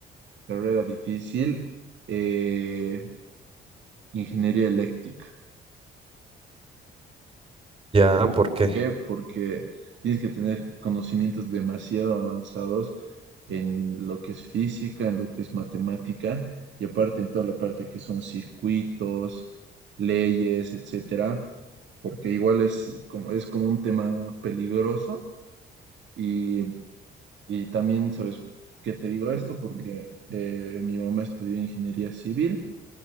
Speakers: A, on the right; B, on the right.
A: carrera difícil, eh, ingeniería eléctrica.
B: Ya,
A: Pues,
B: ¿por
A: ¿por
B: qué?
A: qué? Porque tienes que tener conocimientos demasiado avanzados en lo que es física, en lo que es matemática, y aparte en toda la parte que son circuitos, leyes, etcétera, porque igual es como, es como un tema peligroso. Y, y también, ¿sabes qué te digo esto? Porque eh, mi mamá estudió ingeniería civil